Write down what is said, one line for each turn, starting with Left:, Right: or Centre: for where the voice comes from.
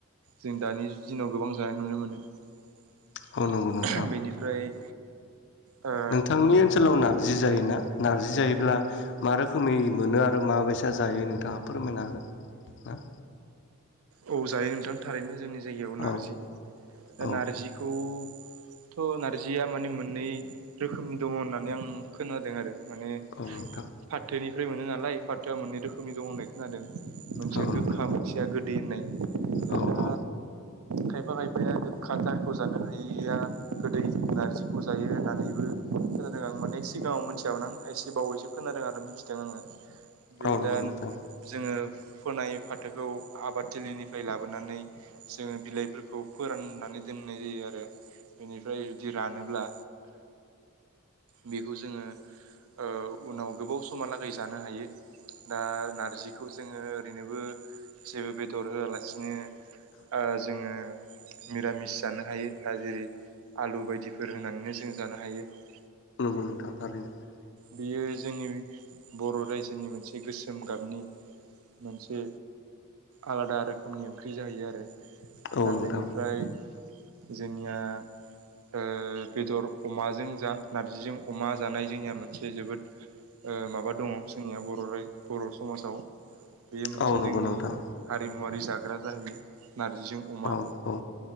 Right: जों दानि दिनाव गोबां जानाय नुनो मोनो ।
Left: औ नंगौ नोंथां
Right: बेनिफ्राय ओ
Left: नोंथांनि ओनसोलाव नारजि जायोना? नारजि जायोब्ला मा रोखोमै मोनो आरो माबायसा जायो नोंथाङा फोरमायनो हो। <unintelligible>
Right: औ जायो नोंथां थारैनो जोंनि जायगायाव
Left: औ
Right: नारजि दा
Left: औ
Right: नारजिखौ थ' नारजिया माने मोननै रोखोमनि दङ होननानै आं खोनादों आरो । माने
Left: औ नोंथां
Right: फाथोनिफ्राय मोनो नालाय फाथोआ मोननै रोखोमनि दं होननाय खोनादों मोनसे
Left: औ
Right: गोखा
Left: नंगौ
Right: मोनसेया
Left: नोंथां
Right: गोदै होननाय
Left: औ
Right: दा
Left: औ
Right: खायफा खायफाया गोखाथारखौ जानो हायैया गोदै नारजिखौ जायो होननानैबो खोनादों आं माने सिगाङाव मिथियामोन आं एसे बावैसो खोनादों आरो मिथिदों आङो बे
Left: औ नंगौ
Right: दा
Left: नोंथां
Right: जोङो फोनाय फाथोखौ । आबादथिलिनिफ्राय लाबोनानै जोङो बिलाइफोरखौ फोराननानै दोननाय जायो आरो बेनिफ्राय जुदि रानोब्ला बेखौ जोङो ओ उनाव गोबाव समहालागै जानो हायो । दा नारजिखौ जोङो ओरैनोबो जेबो बेदर होआलासिनो ओ जोङो निरामिस जानो हायो दा जेरै आलु बायदि । बायदिफोर होनानैनो जों जानो हायो ।
Left: नोंगौ नोंथां थारैनो ।
Right: बियो जोंनि बर' रायजोनि मोनसे गोसोम गाबनि मोनसे आलादा रोखोमनि ओंख्रि जाहैयो आरो
Left: औ
Right: दा
Left: नोंथां
Right: बेनिफ्राय जोंनिया ओ बेदर अमाजों जा नारजिजों अमा जानाय जोंनिया मोनसे जोबोद ओ माबा दङ जोंनिया बर' रायजो बर' समाजाव बेयो मोनसे
Left: औ नंगौ
Right: जोंनि
Left: नोंथां
Right: हारिमुवारि जाग्रा जाहैयो नारजिजों अमा
Left: औ औ